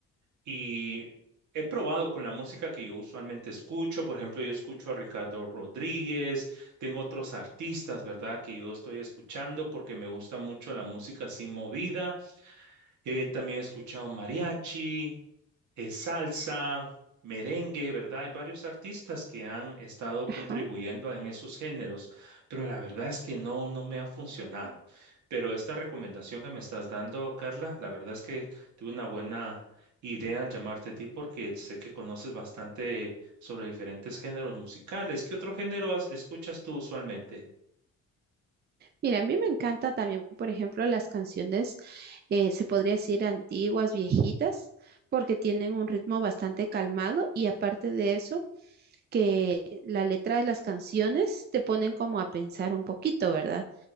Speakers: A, on the right; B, on the right.
A: Y he probado con la música que yo usualmente escucho, por ejemplo, yo escucho a Ricardo Rodríguez, tengo otros artistas, ¿verdad? Que yo estoy escuchando porque me gusta mucho la música así movida. Eh, también he escuchado mariachi, eh, salsa, merengue, ¿verdad? Hay varios artistas que han estado
B: Ajá.
A: contribuyendo en esos géneros, pero la verdad es que no, no me ha funcionado. Pero esta recomendación que me estás dando, Carla, la verdad es que tuve una buena idea al llamarte a ti porque sé que conoces bastante sobre diferentes géneros musicales. ¿Qué otro género has- escuchas tú usualmente?
B: Mira, a mí me encanta también, por ejemplo, las canciones, eh, se podría decir antiguas, viejitas, porque tienen un ritmo bastante calmado y aparte de eso, que la letra de las canciones te ponen como a pensar un poquito, ¿verdad?